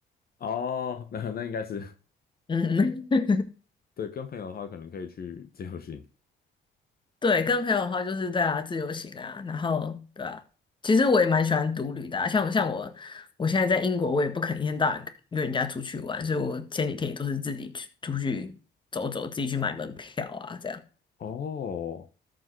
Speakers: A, on the left; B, on the left.
A: 哦，<laughs> 那那应该是
B: 嗯。<laughs>
A: 对，跟朋友的话，可能可以去自由行。
B: 对，跟朋友的话就是对啊，自由行啊，然后对啊，其实我也蛮喜欢独旅的啊，像像我，我现在在英国，我也不肯一天到晚约人家出去玩，所以我前几天也都是自己去出去走走，自己去买门票啊，这样，
A: 哦，